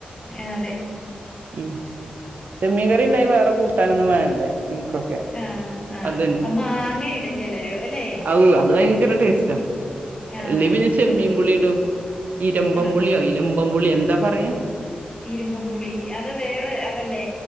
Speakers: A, on the left (about 25°); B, on the right (about 70°).
A: ആ അതെ
B: ഉം ചെമ്മീ കറി ഉണ്ടായി വേറെ കൂട്ടാനൊന്നും വേണ്ടേ എനിക്കൊക്കെ
A: ആഹ് ആഹ്
B: അതന്നെ
A: മാങ്ങയിടും ചിലര് അല്ലെ
B: അത് അത് ഭയങ്കര ടേസ്റ്റാ
A: ആഹ്
B: അല്ലെ പിന്നെ ചെമ്മീൻപുളീടും ഇരമ്പം
A: ആഹ്
B: പുളി അയിലം കൊമ്പുള്ളി എന്താ പറയ്ക
A: ഇരുമ്പും പുളി അത് വേറെ അതല്ലേ